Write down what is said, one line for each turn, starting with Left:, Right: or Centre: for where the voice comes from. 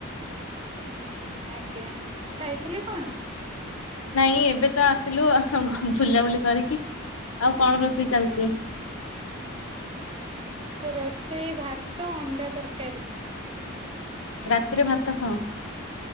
Right: ହୁଁ ଆଜ୍ଞା ଖାଇଥିଲେ କଣ?
Left: ନାଇଁ ଏବେ ତ ଆସିଲୁ ବୁଲାବୁଲି କରିକି ଆଉ କଣ ରୋଷେଇ ଚାଲିଚି?
Right: ରୋଷେଇ ଭାତ ଅଣ୍ଡା ତରକାରୀ।
Left: ରାତିରେ ଭାତ ଖାଅ?